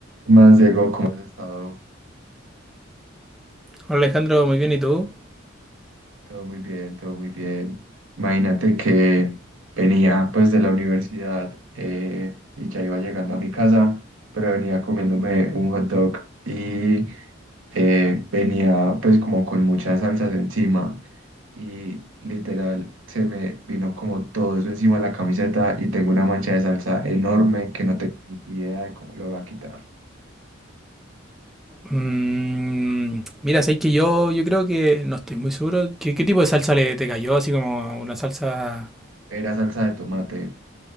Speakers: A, on the right (about 80°); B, in the centre.
A: Más Diego, ¿cómo has estado?
B: Hola Alejandro, muy bien, ¿y tú?
A: Todo muy bien, todo muy bien. Imagínate que venía pues de la universidad eh, y ya iba llegando a mi casa, pero venía comiéndome un hot dog y eh, venía pues como con muchas salsas encima y literal se me vino como todo eso encima de la camiseta y tengo una mancha de salsa enorme que no tengo ni idea de cómo lo voy a quitar.
B: Mm, mira, sabes que yo, yo creo que no estoy muy seguro. ¿Qué, qué tipo de salsa le te cayó? Así como una salsa,
A: Era salsa de tomate,